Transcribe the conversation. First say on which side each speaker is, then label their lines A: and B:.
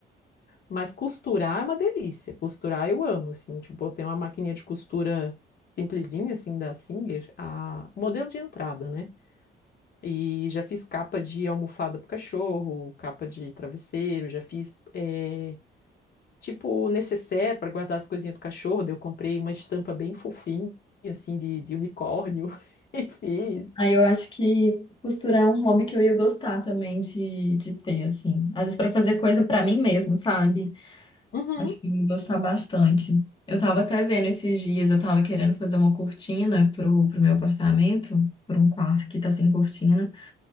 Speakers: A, on the left (about 55°); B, on the left (about 25°).
A: Mas costurar é uma delícia. Costurar eu amo, assim, tipo, eu tenho uma maquininha de costura simplesinha, assim, da Singer, a o modelo de entrada, né? E já fiz capa de almofada pro cachorro, capa de travesseiro, já fiz eh, tipo necessaire para guardar as coisinhas do cachorro. Daí eu comprei uma estampa bem fofinha, assim, de, de unicórnio <laughs> e fiz.
B: Aí eu acho que costurar é um hobby que eu ia gostar também de, de ter, assim. Às vezes para fazer coisa para mim mesmo, sabe?
A: Uhum.
B: Acho que eu ia gostar bastante. Eu tava até vendo esses dias, eu tava querendo fazer uma cortina pro, pro meu apartamento, para um quarto que tá sem cortina.